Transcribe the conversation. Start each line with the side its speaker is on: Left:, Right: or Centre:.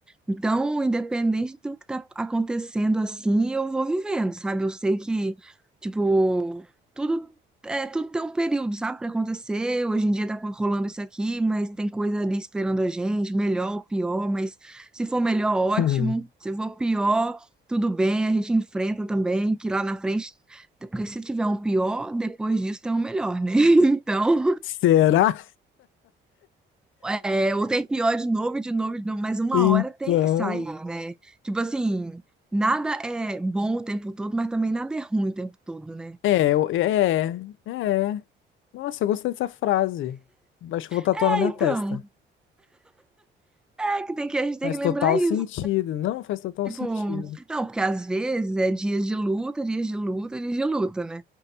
Centre: Então, independente do que tá acontecendo assim, eu vou vivendo, sabe? Eu sei que, tipo, tudo é tudo tem um período, sabe, para acontecer. Hoje em dia tá rolando isso aqui, mas tem coisa ali esperando a gente, melhor ou pior, mas se for melhor, ótimo.
Left: Uhum. <laughs>
Centre: Se for pior, tudo bem, a gente enfrenta também, que lá na frente, porque se tiver um pior, depois disso tem um melhor, né? <laughs> Então,
Left: Será?
Centre: é, ou tem pior de novo, e de novo, e de novo, mas uma
Left: Então.
Centre: hora tem que sair, né? Tipo assim, nada é bom o tempo todo, mas também nada é ruim o tempo todo, né?
Left: É, eu, é, é. Nossa, eu gostei dessa frase. Acho que eu vou tatuar
Centre: É,
Left: na minha
Centre: então,
Left: testa.
Centre: é que tem que a gente tem
Left: Faz
Centre: que
Left: total
Centre: lembrar isso.
Left: sentido. Não, faz total
Centre: Tipo,
Left: sentido.
Centre: não, porque às vezes é dias de luta, dias de luta, dias de luta, né?